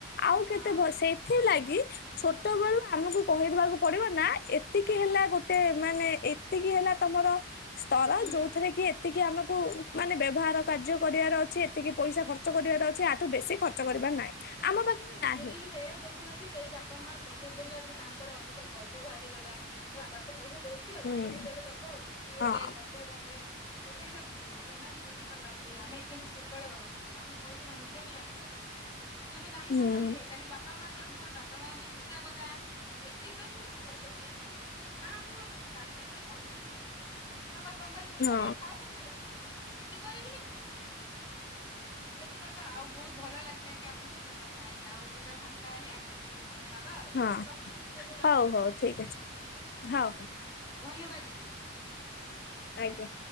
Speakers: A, on the left (about 50°); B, on the left (about 20°).
A: ଆଉ
B: ହଁ
A: କେତେ ଭ ସେଇଥି ଲାଗି କି ଛୋଟ ବେଳୁ ଆମକୁ କହିଦବାକୁ ପଡିବ ନା ଏତିକି ହେଲା ଗୋଟେ ମାନେ ଏତିକି ହେଲା ତମର ସ୍ତର
B: ହୁଁ।
A: ଯଉଥିରେ କି ଏତିକି ଆମେ କୁ ମାନେ ବ୍ୟବହାର କାର୍ଯ୍ୟ କରିବାର ଅଛି, ଏତିକି ପଇସା ଖର୍ଚ୍ଚ କରିବାର ଅଛି ଆଠୁ ବେଶି ଖର୍ଚ୍ଚ କରିବାର ନାହିଁ। ଆମ ପାଖରେ ନାହିଁ
B: ଯଦି ବି ସେଇଆକୁ ଦେଖୁନାହାନ୍ତି ସେଇ ବାପା ମା ପଇ ପଇସା ଦେଲା ଠୁ ତାଙ୍କର ଅଧିକା ଗର୍ବ ବାହାରିଗଲା ବାପା ତ ପଇସା ଦଉଛି, ଆଉ
A: ହୁଁ
B: ଯିମିତି ହେଲେ ଦବ ଆଉ, ଇଏ ସେଥିପାଇଁ
A: ହଁ
B: ଗର୍ବ କଲେ ସେଟା ହେଲା ଭୁଲ ସେମାନେ ବୁଝିପାରୁନାହାନ୍ତି ଯେ ଆମେ କେନ୍ତି ଛୋଟବେଳେ ରହିଥିଲୁ, ଆମେ ପଇସାର ମୂଲ୍ୟ ବି ଜାଣିପାରୁଥିଲୁ। କେବେ ଜାଣି
A: ହୁଁ
B: ପାରିଲାନି ଏଇଟା ବି ବାପା ମାଙ୍କର ଭୁଲ ବାପା ମା ବି ବୁଝିବା କଥା ମୁଁ ଯେତିକି ଅଛି ମୋ ଛୁଆଙ୍କୁ ସେତିକି ଦେବି, ହଁ କୁ ଜାଣିପାରିବି ପଇସାର ମୂଲ୍ୟକଣ, ତ ତମ ପାଖରେ ପଇସା
A: ହଁ
B: ନାଇଁ ଥାଉୁ ମୁଁ ଯା ଯିବିନି ଜିଦି କରିବିନି କି ଯିବିନି। ବୁଝିବା ବି କଥା, ଆଉ ବହୁତ ଭଲ ଲାଗିଲା ବି ଆପଣଙ୍କ ସହିତ କଥା ହେଇକି, ଆଉ କେତେବେଳେ ଫାଙ୍କା ହେଲେ କଥା ହେବା ଆଉ
A: ହଁ
B: କଣ, ମୁଁ ରଖୁଛି ଏବେ ଯାଉଛି
A: ହଉ
B: ରୋଷେଇ
A: ହଉ ଠିକ
B: କରିବି।
A: ଅଛି ହଉ ହଉ
B: ଧନ୍ୟବାଦ ଦିଦି।
A: ଆଜ୍ଞା।